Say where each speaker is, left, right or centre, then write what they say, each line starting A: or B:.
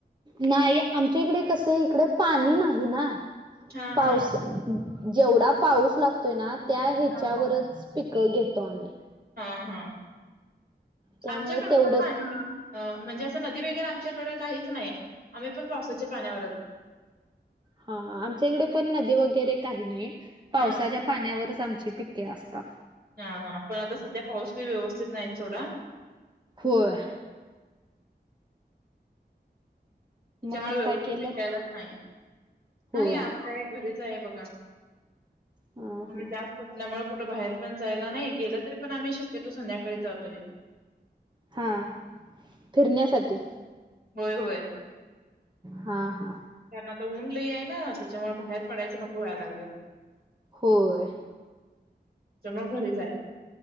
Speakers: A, on the right (about 25°); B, on the right (about 60°).
A: नाही आमच्या इकडे कसये इकडे पाणी नाही ना
B: हा
A: पाऊस
B: हा
A: जेवढा पाऊस लागतोय ना त्या ह्याच्यावरच
B: हा
A: पिकं घेतो आम्ही.
B: हा हा
A: त्यामुळे
B: आमच्याकड
A: तेवढं
B: पण आहे.... अ म्हणजे असं नदी वगैरे आमच्याकडे काहीच नाही आम्ही पण पावसाच्या पाण्यावरच....
A: हा हा आमच्या इकडे पण नदी वगैरे काही नाही पावसाच्या
B: हा
A: पाण्यावरच आमची पिके असतात.
B: हा हा पण आता सध्या पाऊस बी व्यवस्थित नाहीत सोडा
A: होय....
B: त्याच्यामुळे
A: मग आज
B: व्यवस्थित
A: काय केलं?
B: पिकायलाच नाही नाही
A: होय.
B: आजच आहे घरीच आहे बघा.
A: हा
B: पूर्वी
A: हा.
B: जास्तच ल्यामुळे कुठं बाहेर पण जायला नाही गेलं तरी पण आम्ही शक्यतो संध्याकाळी जातोय.
A: हा फिरण्यासाठी....
B: होय होय.
A: हा हा.
B: त्यानंतर ऊन लय आहे ना त्याच्यामुळे बाहेर पडायचं नको व्हायला लागलय....
A: होय.
B: जमा घरीच आहे.